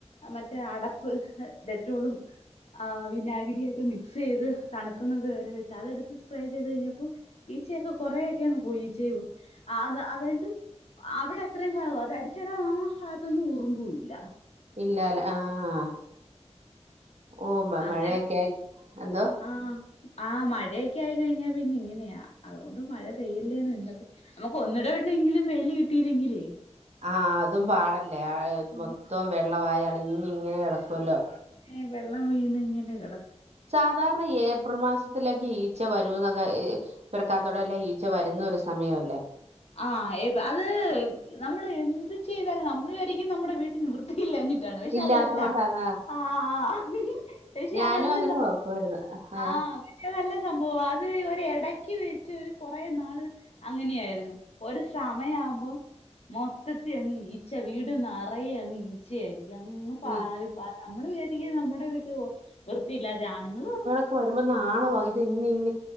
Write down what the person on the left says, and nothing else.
മറ്റേ അട പ്പ് ഡെറ്റോളും ആഹ് വിനാഗിരിയൊക്കെ മിക്സ് സെയ്ത് തണുക്കുന്നത് വരെ വെച്ച്. അതെടുത്ത് സ്പ്രേ ചെയ്ത് കഴിഞ്ഞപ്പോ ഈച്ചയൊക്കെ കൊറേയൊക്കെ അങ്ങ് പോയി ഈച്ചയും അ അതായത്. അവിടെ അത്രയും ഭാഗം അത് അടിച്ചിടം ആ ഭാഗത്തൊന്നും ഉറുമ്പൂ ഇല്ല.
അങ്ങനെ
ആഹ്. ആഹ് മഴയൊക്കെ ആയി കഴിഞ്ഞാ പിന്നെ ഇങ്ങനെയാ. അതുകൊണ്ട് മഴ പെയ്യല്ലേന്നിന്ന്. നമുക്ക് ഒന്നിട വിട്ടെങ്കിലും വെയില് കിട്ടിയില്ലെങ്കിലേ.
പിന്നെ
ഏഹ് വെള്ളം വീണ് ഇങ്ങനെ കെട
ആഹ് എത് അത് നമ്മള് എന്ത് ചെയ്താലും നമ്മള് വിചാരിക്കും നമ്മുടെ വീട്ടിൽ വൃ ത്തിയില്ലാഞ്ഞിട്ട് ആണ് എന്ന്. പക്ഷെ
അതല്ല
ആഹ് ആഹ്. പക്ഷെ
അതല്ല
സംഭവം
ആഹ്. പക്ഷെ അതല്ല സംഭവം അത് ഒര് എടക്ക് വെച്ച് ഒരു കൊറെ നാള് അങ്ങനെയായിരുന്നു. ഒരു സമയാവുമ്പോ, മൊത്തത്തി അങ്ങ് ഈച്ച വീട് നിറയെ അങ്ങ് ഈച്ചയായിരിക്കും അങ്ങ് പാറി
അതാണ് നമ്മള് വിചാരിക്കും നമ്മുടെ വീട്ടി വൃത്തിയില്ലാതെ ആണുങ്ങളും അതെ.